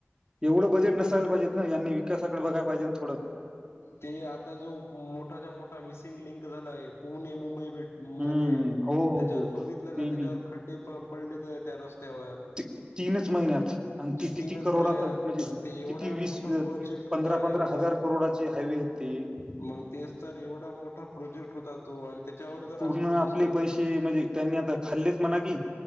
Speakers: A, on the right; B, on the left.
A: एवढं बजेट नस. यला पाहिजेत ना विकासाकडे बघाय पाहिजे थोडं.
B: ते आता जो मोठाच्या मोठा मिसिंग लिंक झाला आहे पुणे मुंबई भेट. मध्ये
A: हं. हो, हो,
B: त्याच्यावर
A: हो.
B: बघितलं का
A: ते
B: त्याच्या
A: बी.
B: खड्डे. पलेत त्या रस्त्यावर
A: ते तीनच महिन्यात आणि ते किती
B: तीनच
A: करोडाचा
B: महिले आणि
A: म्हणजे
B: ते एवढा
A: किती वीस
B: मोठा प्रोजेक्ट
A: पंधरा
B: होता
A: पंधरा
B: एवढा
A: हजार करोडाचे हायवे आहेत ते
B: मग तेच तर एवढा मोठा प्रोजेक्ट होता तो आणि त्याच्यावर जर
A: पूर्ण
B: असं होत
A: आपले
B: असेल
A: पैसे म्हणजे त्यांनी आता खाल्लेत म्हणा कि